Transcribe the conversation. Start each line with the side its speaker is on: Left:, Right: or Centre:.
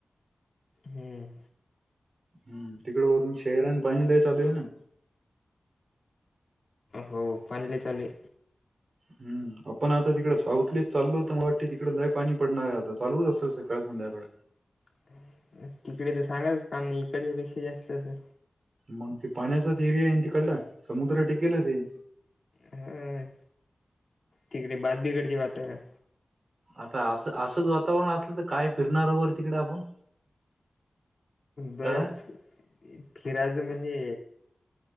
Left: ह.
Right: हम्म तिकडे वरून शहरांना पाणी लई चालूय ना.
Left: हो पाणी लई चालूय.
Right: हम्म आपण आता तिकडं साऊथलेच चालो त मला वाटते तिकडं लई पाणी पडणारे आता. चालूच असेल सकाळ संध्याकाळ.
Left: <unintelligible> तिकडे तर सांगाचच काम नाही. इकडच्यापेक्षा जास्त असल.
Right: मंग ते पाण्याचाच एरियाय नं तिकडला. समुद्र टिकेलचे.
Left: हा तिकडे बाद बीघडती वाटत.
Right: आता असं असंच वातावरण असलं, तर काय फिरणार वर तिकड आपण.
Left: बस
Right: अ?
Left: फिराच म्हणजे